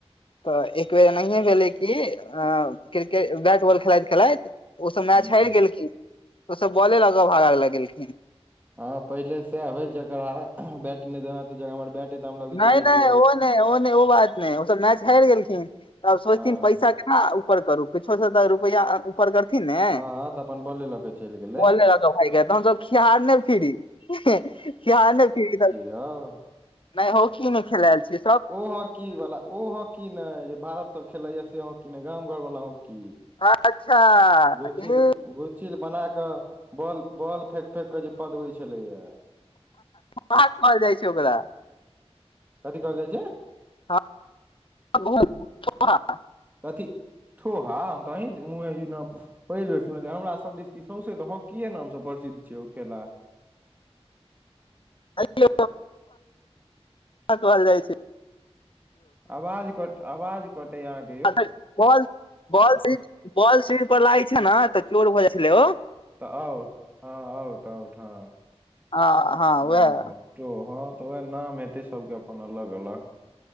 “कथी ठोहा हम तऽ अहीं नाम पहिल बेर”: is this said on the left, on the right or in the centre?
Right